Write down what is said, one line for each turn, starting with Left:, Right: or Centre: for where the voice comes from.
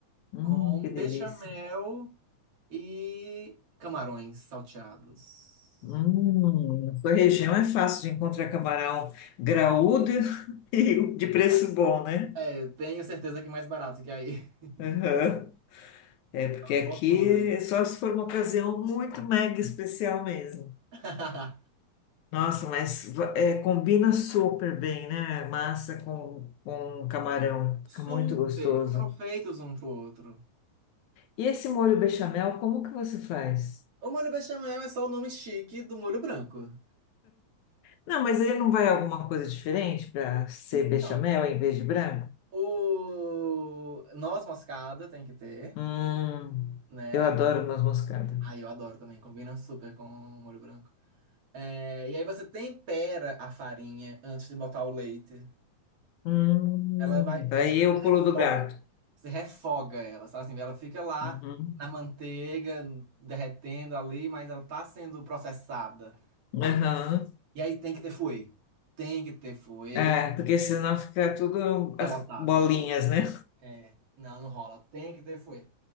Left: hum,
Right: com
Left: que delícia.
Right: bechamel. E camarões salteados.
Left: Hum, na sua região é fácil de encontrar camarão graúdo <laughs> e de preço bom, né?
Right: É, tenho certeza que mais barato que aí. <laughs>
Left: Uhum. É, porque
Right: Uma
Left: aqui
Right: Fortuna aí.
Left: é só se for uma ocasião muito mega especial mesmo.
Right: <laughs>
Left: Nossa, mas é, combina super bem, né? Massa com, com camarão. Fica
Right: Super!
Left: muito gostoso.
Right: Foram feitos um pro outro.
Left: E esse molho bechamel, como que você faz?
Right: O molho bechamel é só o nome chique do molho branco.
Left: Não, mas ele não vai alguma coisa diferente para ser
Right: Então,
Left: bechamel em vez de branco?
Right: o noz moscada tem que ter,
Left: Hum,
Right: né?
Left: eu adoro noz moscada.
Right: Ai, eu adoro também, combina super com o molho branco. É, e aí você tempera a farinha antes de botar o leite.
Left: Hum,
Right: Ela vai,
Left: aí
Right: é,
Left: eu
Right: refoga.
Left: pulo do gato.
Right: Você refoga ela, sabe assim? Ela fica lá
Left: Uhum.
Right: na manteiga, derretendo ali, mas ela tá sendo processada.
Left: Aham.
Right: E aí tem que ter fuê. Tem que ter fuê
Left: É, porque senão fica tudo
Right: pelotada.
Left: as bolinhas, né?
Right: É, não, não rola. Tem que ter fuê.